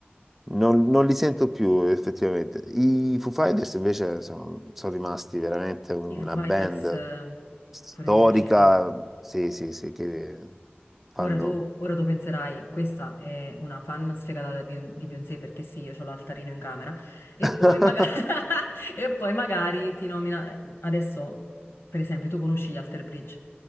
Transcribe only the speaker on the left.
i Foo Fighters
eh,
pure mi piacevano.
Ora tu, ora tu penserai, questa è una fan sfegata da Bion- di Beyoncé perché sì, io ho l'altarino in camera e
poi, maga- <laughs> e poi magari ti nomina... eh, Adesso, per esempio, tu conosci gli Alter Bridge,